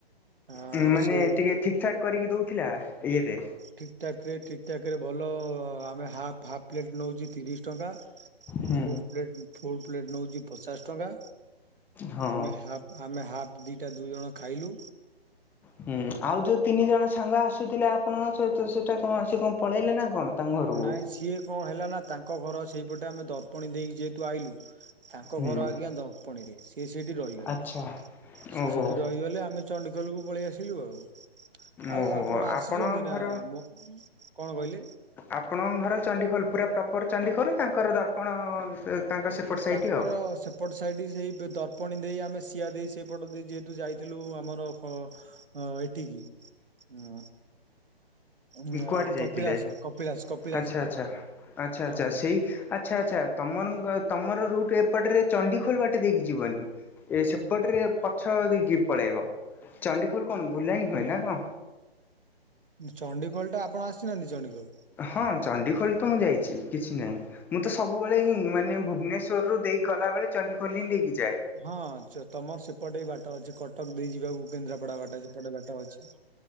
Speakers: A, on the right; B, in the centre.
A: ଆ
B: ମାନେ
A: ସେ
B: ଟିକେ ଠିକ୍ ଠାକ୍ କରିକି ଦଉଥିଲା ଇଏରେ।
A: ଠିକଠାକ ରେ ଠିକ୍ ଠାକ ରେ ଭଲ ଆମେ ହା ହାଫ ପ୍ଲେଟ ନୋଉଛି ତିରିସି ଟଙ୍କା,
B: ହୁଁ
A: ଫୁଲ ପ୍ଲେଟ ଫୁଲ ପ୍ଲେଟ୍ ନୋଉଛି ପଚାଶ ଟଙ୍କା
B: ହଁ।
A: ଆମେ ହାଫ ଆମେ ହାଫ୍ ଦିଟା ଦୁଇ ଜଣ ଖାଇଲୁ।
B: ହୁଁ ଆଉ ଯୋଉ ତିନି ଜଣ ସାଙ୍ଗ ଆସୁଥିଲେ ଆପଣଙ୍କ ସହିତ ସେଟା କଣ ସେ କଣ ପଳେଇଲେ ନା କଣ? ତାଙ୍କ ଘରକୁ?
A: ନାଇଁ ସିଏ କଣ ହେଲା ନା ତାଙ୍କ ଘର ସେଇପଟେ ଆମେ ଦର୍ପଣୀ ଦେଇକି ଯେହେତୁ ଆଇଲୁ। ତାଙ୍କ
B: ହୁଁ।
A: ଘର ଆଜ୍ଞା ଦର୍ପଣି ରେ ସିଏ ସେଠି ରହିଗଲେ
B: ଆଚ୍ଛା।
A: ସିଏ
B: ଓହୋ
A: ସେଠି ରହିଗଲେ ଆମେ ଚଣ୍ଡିଖୋଲକୁୁ ପଳେଇ ଆସିଲୁ ଆଉ। ଆଉ
B: ଓହୋ
A: ଆପଣ ଆସିଛନ୍ତି
B: ଆପଣଙ୍କ
A: ନା,
B: ଘର
A: ମୋ କଣ କହିଲେ?
B: ଆପଣଙ୍କ ଘର ଚଣ୍ଡିଖୋଲ ପୁରା ପ୍ରପର ଚଣ୍ଡିଖୋଲ ତାଙ୍କର ଦର୍ପଣ ତାଙ୍କ ସେପଟ ସାଇଟ୍
A: ତାଙ୍କର
B: ଆଉ।
A: ସେ ସେପଟ ସାଇଡ଼ ସେଇ ଦର୍ପଣୀ ଦେଇ ଆମେ ସିଆ ଦେଇ ସେଇପଟ ଦେଇ ଯେହେତୁ ଯାଇଥିଲୁ ଆମର ଅ ଏଠିକି ଅ ଉ
B: କୁଆଡ଼େ ଯାଇଥିଲେ?
A: କପିଳାସ କପିଳାସ କପିଳାସ
B: ଆଚ୍ଛା ଆଚ୍ଛା ଆଚ୍ଛା ଆଚ୍ଛା
A: ହଁ।
B: ସେଇ ଆଚ୍ଛା ଆଛା ତମର ତମର ରୁଟ୍ ଏପଟରେ ଚଣ୍ଡିଖୋଲ ବାଟେ ଦେଇକି ଯିବନି? ଏ ସେପଟରେ ପଛ ଦେଇକି ପଳେଇବ ଚଣ୍ଡିଖୋଲ କଣ ବୁଲାଣୀ ହୁଏ ନା କଣ?
A: ଚଣ୍ଡିଖୋଲ ଟା ଆପଣ ଆସିନାହାନ୍ତି ଚଣ୍ଡୀଖୋଲ?
B: ହଁ ଚଣ୍ଡିଖୋଲ ତ ମୁଁ ଯାଇଛି କିଛି ନାହିଁ। ମୁଁ ତ ସବୁବେଳେ ହିଁ ମାନେ ଭୁବନେଶ୍ୱରରୁୁ ଦେଇକି ଗଲାବେଳେ ଚଣ୍ଡିଖୋଲ ହିଁ ଦେଇକି ଯାଏ।
A: ହଁ ତମର ସେପଟେ ବାଟ ଅଛି କଟକ ଦେଇ ଯିବାକୁ। କେନ୍ଦ୍ରାପଡା ବାଟ ସେପଟେ ବାଟ ଅଛି।